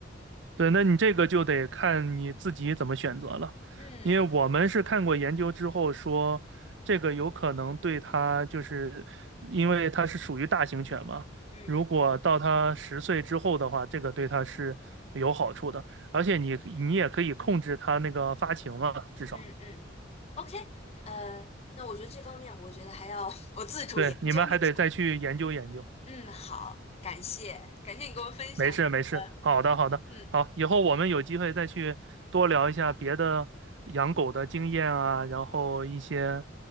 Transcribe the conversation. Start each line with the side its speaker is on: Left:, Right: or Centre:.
Right: 对，那你这个就得看你自己怎么选择了，
Left: 嗯
Right: 因为我们是看过研究之后说，这个有可能对它就是，因为它是属于大型犬嘛，
Left: 嗯
Right: 如果到它十岁之后的话，这个对它是有好处的，而且你你也可以控制它那个发情嘛，至少，
Left: 嗯嗯，OK，呃，那我觉得这方面，我觉得还要 <laughs> 我自主研究一下。
Right: 对，你们还得再去研究研究。
Left: 嗯，好，感谢，感谢你给我分享你的，
Right: 没事没事，好的好的，
Left: 嗯
Right: 好，以后我们有机会再去多聊一下别的养狗的经验啊，然后一些